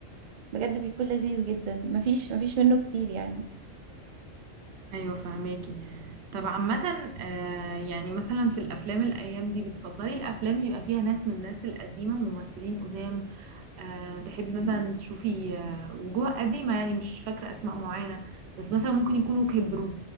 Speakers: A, on the right; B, on the right.
A: بجد بيكون لذيذ جدا مفيش مفيش منه كتير يعني
B: ايوه فهماكي طب عامة آه، يعني مثلا في الافلام الايام دي بتفضلي الافلام يبقى فيها ناس من الناس القديمة ممثلين قدام آه، تحبي مثلا تشوفي آه، وجوه قديمة يعني مش فاكرة أسماء معينة بس مثلا ممكن يكونوا كبروا